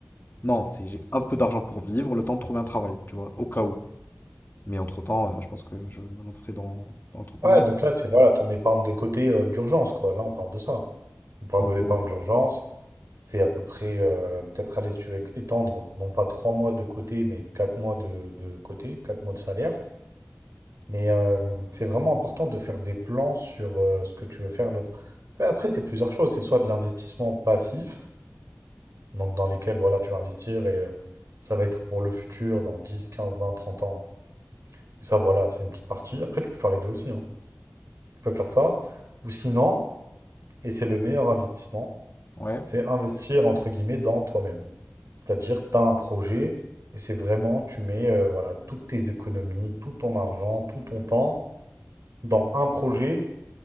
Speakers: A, on the left (about 45°); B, on the right (about 80°).
A: Non, c'est j'ai un peu d'argent pour vivre, le temps de trouver un travail, tu vois, au cas où. Mais entre-temps, euh, je pense que je me lancerai dans, dans l'entrepreneuriat.
B: Ouais, donc là, c'est voilà ton épargne de côté euh, d'urgence, quoi. Là, on parle de ça. On parle
A: En
B: de
A: gros,
B: l'épargne
A: ouais.
B: d'urgence. C'est à peu près, euh, peut-être, aller, si tu veux étendre, non pas trois mois de côté, mais quatre mois de, de côté, quatre mois de salaire. Mais euh, c'est vraiment important de faire des plans sur euh, ce que tu veux faire l'autre. Après, après, c'est plusieurs choses. C'est soit de l'investissement passif, donc dans lesquels voilà, tu vas investir et euh, ça va être pour le futur, dans 10 15 20 30 ans. Et ça, voilà, c'est une petite partie. Après, tu peux faire les deux aussi. hein. Tu peux faire ça. Ou sinon, et c'est le meilleur investissement,
A: Ouais.
B: C'est investir entre guillemets dans toi-même. C'est-à-dire, tu as un projet et c'est vraiment, tu mets euh, voilà, toutes tes économies, tout ton argent, tout ton temps dans un projet